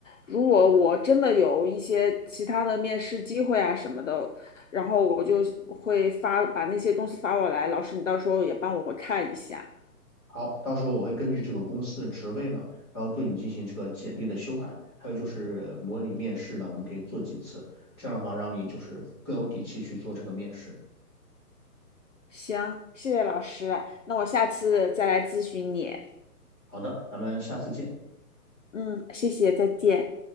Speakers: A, on the left (about 50°); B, on the left (about 15°).
A: 如果我真的有一些其他的面试机会啊什么的，然后我就会发，把那些东西发过来，老师你到时候也帮我看一下。
B: 好，到时候我会根据这个公司的职位呢，然后对你进行这个简历的修改，还有就是模拟面试呢，我们可以做几次，这样的话让你就是更有底气去做这个面试。
A: 行，谢谢老师，那我下次再来咨询你。
B: 好的，咱们下次见。
A: 嗯，谢谢，再见。